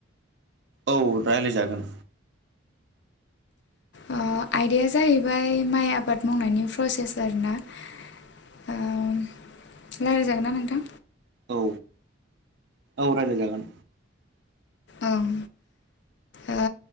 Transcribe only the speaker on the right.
औ रायलायजागोन।
औ औ राय्लायजागोन।